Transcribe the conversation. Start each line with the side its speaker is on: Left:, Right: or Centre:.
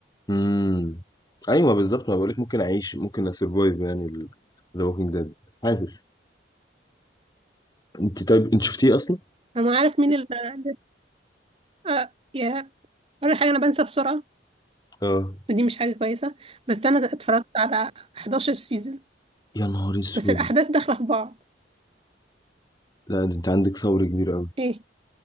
Left: امم ايوه بالظبط ما بقولك ممكن اعيش ممكن اسرفايف يعني ذا ووكينج ديد حاسس انت طيب انت شفتيه اصلا؟
Right: انا عارف مين اللي اللي- آه يا اول حاجه انا بنسى بسرعه
Left: اه
Right: ودي مش حاجه كويسه بس انا اتفرجت على 11 سيزون
Left: يا نهار اسود
Right: بس الاحداث داخله في بعض
Left: لا ده انت عندك صبر كبير قوي
Right: ايه